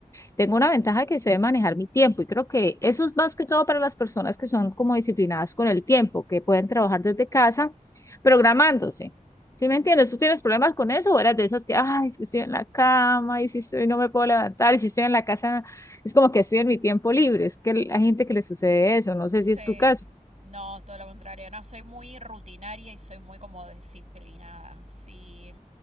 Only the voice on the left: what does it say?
tengo una ventaja que sé manejar mi tiempo y creo que eso es más que todo para las personas que son como disciplinadas con el tiempo, que pueden trabajar desde casa programándose. ¿Sí me entiendes? ¿Tú tienes problemas con eso o eras de esas que, ay, es que estoy en la cama y si estoy no me puedo levantar y si estoy en la casa es como que estoy en mi tiempo libre? Es que hay gente que le sucede eso, no sé
si es tu caso.